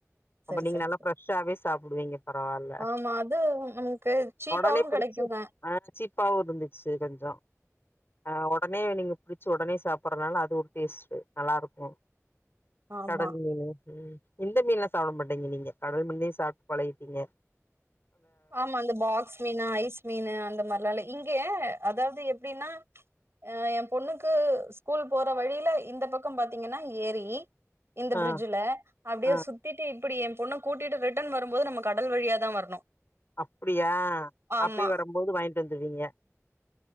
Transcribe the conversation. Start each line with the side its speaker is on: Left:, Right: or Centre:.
Left: அப்போ
Right: சரி
Left: நீங்க
Right: சரி
Left: நல்லா
Right: சரி
Left: ஃப்ரெஷ்ஷாவே சாப்டுவீங்க பரவால்ல
Right: ஆமா அது நமக்கு சீப்பாவு
Left: உடனே புடிச்சு
Right: கெடைக்குங்க
Left: ஆ சீப்பாவு இருந்துச்சு கொஞ்சோ ஆ ஒடனே நீங்க பிடிச்சு ஒடனே சாப்பிடறதுனால அது ஒரு டேஸ்ட் நல்லா இருக்கு
Right: ஆமா
Left: கடல் மீனு ம் இந்த மீன்லா சாப்ட மாட்டீங்க நீங்க கடல் மீனே சாப்ட்டு பழகிடீங்க
Right: ஆமா அந்த பாக்ஸ் மீனா ஐஸ் மீனு அந்த மாரிலா இல்ல இங்கே அதாவது எப்படின்னா அ என் பொண்ணுக்கு ஸ்கூல் போற வழியில இந்த பக்கம் பாத்தீங்கன்னா ஏரி இந்த
Left: ஆ
Right: பிரிட்ஜ்ல அப்படியே
Left: ஆ
Right: சுத்திட்டு இப்படி என் பொண்ண கூட்டிட்டு ரிட்டர்ன் வரும்போது நம்ம கடல் வழியா தா வரணு
Left: அப்டியா
Right: ஆமா
Left: அப்டியே வரும்போது வாங்கிட்டு வந்துருவீங்க